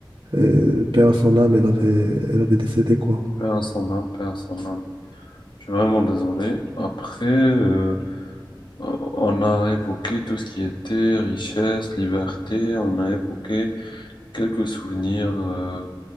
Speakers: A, on the right; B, on the left.
A: euh, paix à son âme, elle avait, elle avait décédé, quoi.
B: Paix à son âme, paix à son âme. Je suis vraiment désolé. Après, euh, on a évoqué tout ce qui était richesse, liberté, on a évoqué quelques souvenirs euh,